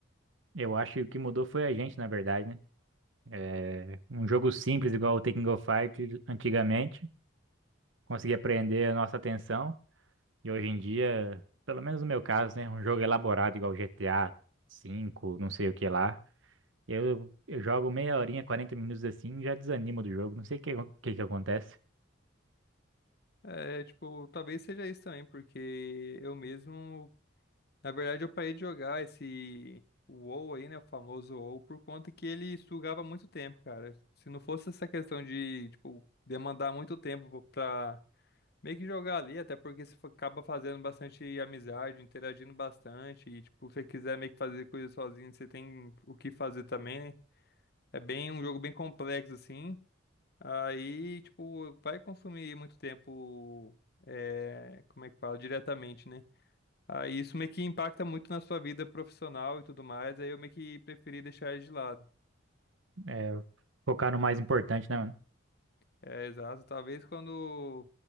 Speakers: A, on the right; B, on the left.
A: Eu acho que o que mudou foi a gente, na verdade, né? É, um jogo simples, igual o Tekken of Fighters antigamente, conseguia prender a nossa atenção. E hoje em dia, pelo menos no meu caso, né? Um jogo elaborado, igual GTA cinco não sei o que lá. Eu, eu jogo meia horinha, 40 minutos assim, já desanimo do jogo. Não sei o que, o que que acontece.
B: É, tipo, talvez seja isso também, porque eu mesmo, na verdade, eu parei de jogar esse o WoW aí, né, o famoso WoW, por conta que ele sugava muito tempo, cara. Se não fosse essa questão de, tipo, demandar muito tempo pra Meio que jogar ali, até porque você fa- acaba fazendo bastante amizade, interagindo bastante, e tipo, se você quiser meio que fazer coisa sozinho, você tem o que fazer também, né? É bem um jogo bem complexo, assim. Aí, tipo, vai consumir muito tempo, é, como é que fala, diretamente, né? Aí isso meio que impacta muito na sua vida profissional e tudo mais, aí eu meio que preferi deixar ele de lado.
A: É, focar no mais importante, né, mano?
B: É, exato. Talvez quando